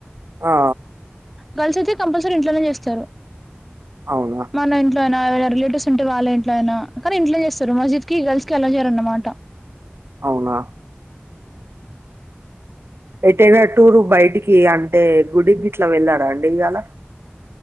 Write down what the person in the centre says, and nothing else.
గర్ల్స్ అయితే కంపల్సరీ ఇంట్లోనే చేస్తారు
మన ఇంట్లో అయినా ఎవరైనా రిలేటివ్స్ ఉంట్ టే వాళ్ళ ఇంట్లో అయినా కానీ ఇంట్లో చేస్తారు మస్జిద్ కి గర్ల్స్ కి అలౌ చేయరన్న మాట